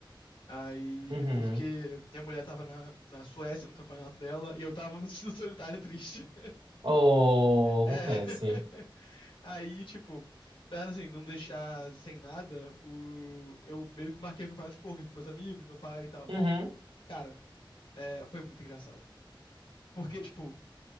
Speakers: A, on the left (about 75°); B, on the right (about 75°).
A: Aí,
B: Uhum.
A: e porque minha mulher tava na, na Suécia, no campeonato dela, e eu tava <laughs> me sentindo solitário e triste.
B: Oh,
A: É.
B: acontece.
A: <laughs> Aí, tipo, pra assim, não deixar sem nada, o... eu meio que marquei o campeonato de poker com meus amigos, meu pai e tal.
B: Uhum.
A: Cara, é, foi muito engraçado. Porque, tipo,